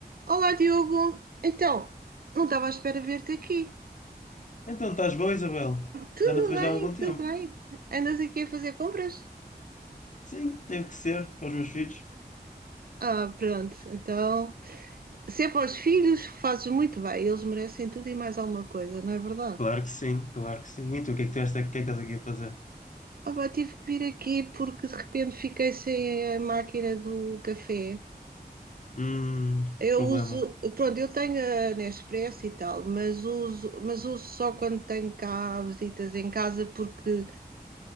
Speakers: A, on the right; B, on the left.
A: Olá, Diogo. Então, não estava à espera de ver-te aqui.
B: Então, estás boa, Isabel?
A: Tudo
B: Já não te vejo
A: bem,
B: há algum
A: tudo
B: tempo.
A: bem. Andas aqui a fazer compras?
B: Sim, teve que ser para os meus filhos.
A: Ah, pronto. Então, se é para os filhos, fazes muito bem. Eles merecem tudo e mais alguma coisa, não é verdade?
B: Claro que sim, claro que sim. E tu, o que é que tu esta- o que é que estás aqui a fazer?
A: Ah, pá, tive que vir aqui porque de repente fiquei sem a máquina do café.
B: Hum,
A: Eu
B: problema.
A: uso, pronto, eu tenho a Nespresso e tal, mas uso, mas uso só quando tenho cá visitas em casa porque